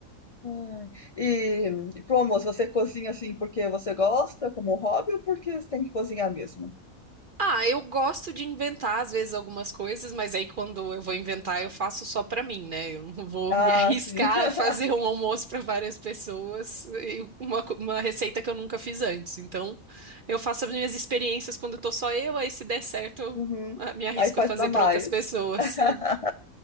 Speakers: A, on the left; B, on the right.
A: Ai. E, e pro almoço, você cozinha, assim, porque você gosta, como hobby, ou porque você tem que cozinhar mesmo?
B: Ah, eu gosto de inventar às vezes algumas coisas, mas aí quando eu vou inventar, eu faço só pra mim, né? Eu não vou
A: Ah,
B: me <laughs> arriscar
A: sim.
B: a fazer
A: <laughs>
B: um almoço pra várias pessoas e uma, co- uma receita que eu nunca fiz antes. Então, eu faço as minhas experiências quando tô só eu, aí se der certo, eu
A: Uhum.
B: ah, me arrisco
A: Aí faz
B: a fazer
A: pra mais.
B: pra outras pessoas,
A: <laughs>
B: sim.